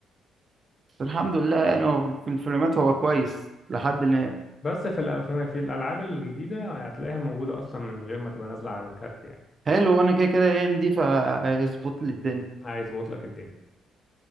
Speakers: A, on the right; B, on the left.
A: الحمد لله يعني هو في الفيلمات هو كويس لحد الآن
B: بس في الأ- في في الالعاب الجديده هتلاقيها موجوده اصلا من غير ما تبقى نازله على الكارت يعني
A: حلو وأنا كده كده ايه دي فاظبط لي الدنيا
B: عايز بوت لك الدنيا